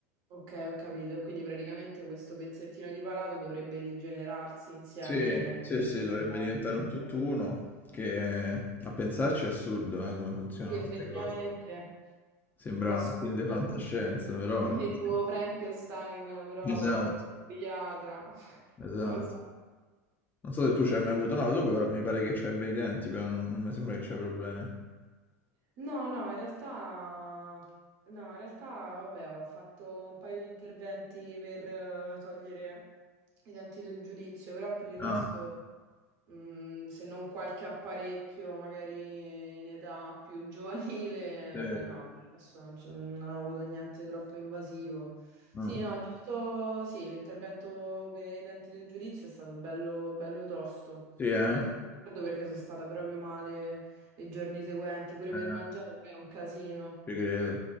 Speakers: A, on the right; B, on the left.
A: Ok, ho capito. E quindi praticamente questo pezzettino di palato dovrebbe rigenerarsi insieme.
B: Sì, sì, sì,
A: Ok,
B: dovrebbe diventare
A: ho capito.
B: un tutt'uno, che a pensarci è assurdo, eh, come funzionano
A: Sì, effettivamente,
B: queste cose.
A: un
B: Sembra
A: po' assurdo.
B: un film di fantascienza, però
A: <laughs>
B: è
A: Tipo
B: così.
A: Frankenstein, però
B: Esatto,
A: da pediatra. <laughs>
B: esatto.
A: Non lo so.
B: Non so se tu ci hai mai avuto, no, tu però mi pare che c'hai bei denti, però non, non mi sembra che c'hai problemi.
A: No, no, in realtà, no, in realtà, vabbè, ho fatto un paio di interventi per eh, togliere i denti del giudizio, però per il resto.
B: Ah,
A: Mm, se non qualche apparecchio magari in età più <laughs> giovanile,
B: sì,
A: no, adesso non, c'ho- non ho avuto niente troppo invasivo.
B: ah.
A: Sì, no, giusto, sì, l'intervento per i denti del giudizio è stato bello, bello tosto.
B: Sì, eh?
A: Più che altro mi ricordo perché sono stata proprio male i giorni seguenti, pure
B: Eh,
A: per mangiare poi è un casino.
B: ci credo.